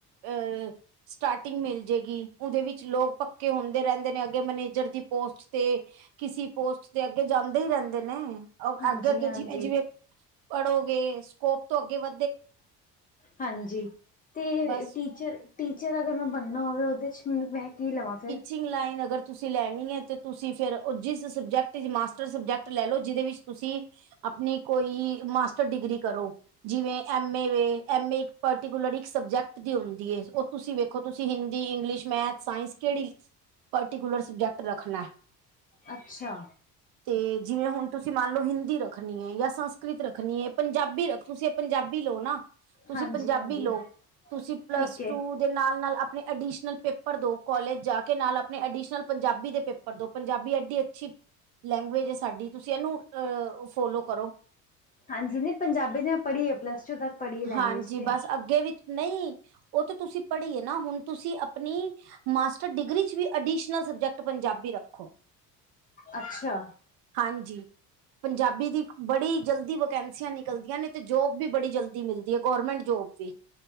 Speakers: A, on the right; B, on the left.
A: ਅਹ ਸਟਾਰਟਿੰਗ ਮਿਲ ਜਏਗੀ ਉਦੇ ਵਿੱਚ ਲੋਕ ਕੇ ਹੁੰਦੇ ਰੈਂਦੇ ਨੇ ਅੱਗੇ ਮੈਨੇਜਰ ਦੀ ਪੋਸਟ ਤੇ ਕਿਸੇ ਪੋਸਟ ਤੇ ਅੱਗੇ ਜਾਂਦੇ ਈ ਰੈਂਦੇ ਨੇ
B: ਹਾਂਜੀ
A: ਅੱਗੇ-ਅੱਗੇ
B: ਹਾਂਜੀ
A: ਜਿਵੇਂ-ਜਿਵੇਂ, ਪੜ੍ਹੋਗੇ ਸਕੋਪ ਤੋਂ ਅੱਗੇ ਵ
B: ਹਾਂਜੀ ਤੇ
A: ਬਸ
B: ਟੀਚਰ ਟੀਚਰ ਅਗਰ ਮੈਂ ਬਣਨਾ ਹੋਵੇ ਓਦੇ ਚ ਮੈਨੂੰ ਮੈਂ ਕੀ ਲਵਾਂ ਫੇਰ
A: ਟੀਚਿੰਗ ਲਾਈਨ ਅਗਰ ਤੁਸੀਂ ਲੈਣੀ ਐ ਤੇ ਤੁਸੀਂ ਫੇਰ ਜਿਸ ਸਬਜੈਕਟ ਚ ਮਾਟਰ ਸਬਜੈਕ ਲੈ ਲਓ ਜਿਦੇ ਵਿੱਚ ਤੁਸੀਂ ਆਪਣੀ ਕੋਈ ਮਾਸਟਰ ਡਿਗਰੀ ਕਰੋ ਜਿਵੇਂ ਐਮ ਏ ਵੇ ਐਮ ਏ ਏਕ ਪਰਟੀਕੂਲਰ ਇੱਕ ਸਬਜੈਕਟ ਦੀ ਹੁੰਦੀ ਐ ਓ ਤੁਸੀਂ ਵੇਖੋ ਤੁਸੀਂ ਹਿੰਦੀ, ਇੰਗਲਿਸ਼, ਮੈਥ, ਸਾਇੰਸ ਕੇੜੀ, ਪਟੀਕੁਲਰ ਸਬਜੈਕਟ ਰੱਖਣਾ।
B: ਅੱਛਾ।
A: ਤੇ ਜਿਵੇਂ ਹੁਣ ਤੁਸੀਂ ਮੰਨ ਲਓ ਹਿੰਦੀ ਰੱਖਣੀ ਐ ਜਾਂ ਸੰਸਕ੍ਰਿਤ ਰੱਖਣੀ ਏ ਪੰਜਾਬੀ ਰੱਖ ਤੁਸੀਂ ਪੰਜਾਬੀ ਲਓ ਨਾ, ਤੁਸੀਂ
B: ਹਾਂਜੀ
A: ਪੰਜਾਬੀ
B: ਹਾਂਜੀ
A: ਲਓ ਤੁਸੀਂ ਪਲੱਸ
B: ਠੀਕ ਹੈ
A: ਟੂ ਦੇ ਨਾਲ-ਨਾਲ ਆਪਣੇ ਅਡੀਸ਼ਨਲ ਪੇਪਰ ਦੋ ਕੋਲਜ ਜਾ ਕੇ ਨਾਲ ਆਪਣੇ ਅਡੀਸ਼ਨਲ ਪੰਜਾਬੀ ਦੇ ਪੇਪਰ ਦੋ ਪੰਜਾਬੀ ਐਡੀ ਅੱਛੀ, ਲੈਂਗੁਏਜ ਐ ਸਾਡੀ ਤੁਸੀਂ ਏਨੂੰ, ਅਹ ਫੋਲੋ ਕਰੋ।
B: ਹਾਂਜੀ ਨੀਪੰਜਾਬੀ ਦੀ ਮੈਂ ਪੜ੍ਹੀ ਐ ਪਲੱਸ ਟੂ ਤੱਕ ਪੜ੍ਹੀ ਹੈ ਲੈਂਗੁਏਜ
A: ਹਾਂਜੀ
B: ਤੇ
A: ਬਸ ਅੱਗੇ ਵੀ ਨਈ ਓ ਤਾਂ ਤੁਸੀਂ ਪੜ੍ਹੀਏ ਨਾ ਹੁਣ ਤੁਸੀਂ ਅਪਣੀ ਮਾਸਟਰ ਡਿਗਰੀ ਚ ਵੀ ਅਡੀਸ਼ਨਲ ਸਬਜੈਕਟ ਪੰਜਾਬੀ ਰੱਖੋ।
B: ਅੱਛਾ।
A: ਹਾਂਜੀ ਪੰਜਾਬੀ ਦੀ, ਬੜੀ ਜਲਦੀ ਵੈਕੈਂਸੀਆਂ ਨਿਕਲਦੀਆਂ ਨੇ ਤੇ ਜੋਬ ਵੀ ਬੜੀ ਜਲਦੀ ਮਿਲਦੀ ਹੈ ਗੌਰਮੈਂਟ ਜੋਬ ਜੇ,